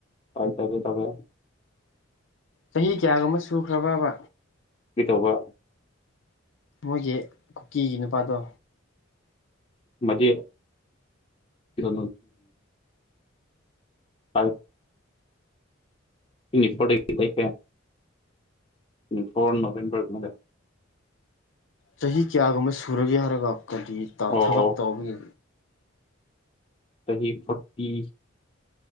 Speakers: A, on the left (about 25°); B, on the left (about 70°).
A: ꯄꯥꯏ ꯊꯦ ꯇꯃꯦ
B: ꯆꯍꯤ ꯀꯌꯥꯒꯨꯝꯕ ꯁꯨꯈ꯭ꯔꯕꯕ
A: ꯀ ꯇꯧꯕ
B: ꯃꯣꯏꯒꯤ ꯀꯨꯀꯤꯒꯤ ꯅꯨꯄꯥꯗꯣ
A: ꯃꯗꯤ ꯆ ꯐ ꯏ ꯐꯣꯔ ꯀꯦ ꯏ ꯐꯣꯔ ꯅꯣꯕꯕꯔꯗ
B: ꯆꯍꯤ ꯀꯌꯥꯒꯨꯝꯕ ꯁꯨꯔꯒꯦ ꯍꯥꯏꯔꯔꯕ ꯀꯗꯤ
A: ꯑꯣ
B: ꯊꯕꯛ ꯇꯧꯕꯒꯤ
A: ꯀꯔꯤ ꯐꯣꯔꯇꯤ